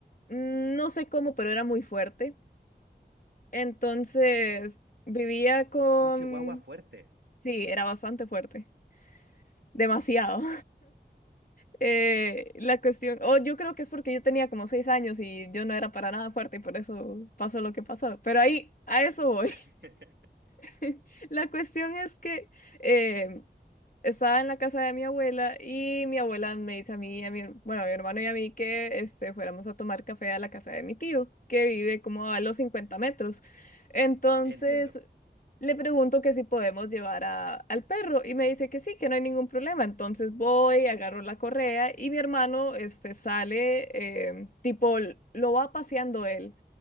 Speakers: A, on the left; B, on the right.
A: mm, no sé cómo, pero era muy fuerte. Entonces vivía con...
B: un chihuahua fuerte.
A: Sí, era bastante fuerte. Demasiado. Eh, la cuestión, o yo creo que es porque yo tenía como seis años y yo no era para nada fuerte y por eso pasó lo que pasó. Pero ahí, a eso voy.
B: <laughs>
A: <laughs> La cuestión es que eh, estaba en la casa de mi abuela y mi abuela me dice a mí, y a mi, bueno, a mi hermano y a mí que este, fuéramos a tomar café a la casa de mi tío, que vive como a los 50 metros. Entonces
B: Entiendo.
A: le pregunto que si podemos llevar a- al perro y me dice que sí, que no hay ningún problema. Entonces voy, agarro la correa y mi hermano este, sale, eh, tipo, l- lo va paseando él.